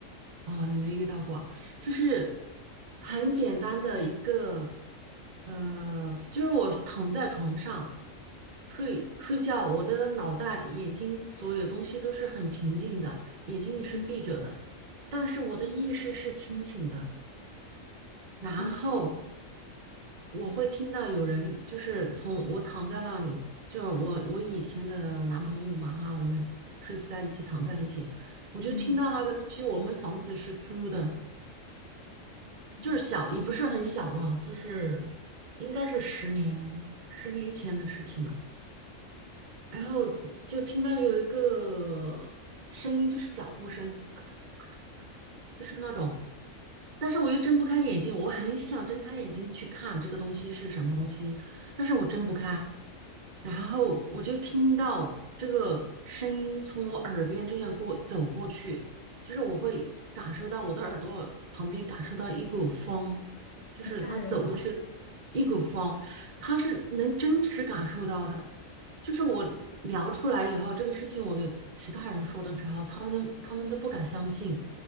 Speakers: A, on the right; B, on the left.
A: 哦，你没遇到过，就是很简单的一个，呃，就是我躺在床上睡睡觉，我的脑袋、眼睛所有东西都是很平静的，眼睛也是闭着的，
B: 嗯
A: 但是我的意识是清醒的。然后
B: 嗯
A: 我会听到有人，就是从我躺在那里，就是我我以前的男朋友嘛哈，我们睡在一起，躺在一起，我就听到那个东西，
B: 嗯，
A: 我们房子是租的。
B: 嗯
A: 就是小，也不是很小了，就是应该是十年十年前的事情了。然后就听到有一个声音，就是脚步声，咯噔咯噔咯噔，就是那种但是我又睁不开眼睛，我很想睁开眼睛去看这个东西是什么东西，但是我睁不开。然后我就听到这个声音从我耳边这样过走过去，就是我会感受到我的耳朵旁边感受到一股风，就是它走过去的
B: 好吓人。
A: 一股风，它是能真实感受到的。就是我聊出来以后，这个事情我给其他人说的时候，他们都他们都不敢相信。